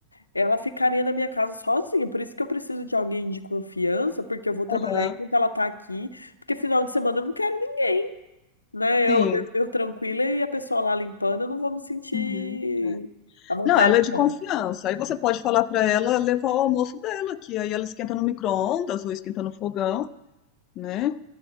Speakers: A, on the left; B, on the left.
A: ela ficaria na minha casa sozinha. Por isso que eu preciso de alguém de confiança, porque eu vou trabalhar
B: Aham,
A: enquanto ela tá aqui. Porque final de semana eu não quero ninguém, né?
B: sim.
A: Eu, eu, eu tranquila e a pessoa lá limpando, eu não vou me sentir
B: Uhum, é.
A: à vontade,
B: Não, ela é de
A: não.
B: confiança. Aí você pode falar para ela levar o almoço dela, que aí ela esquenta no micro-ondas ou esquenta no fogão, né?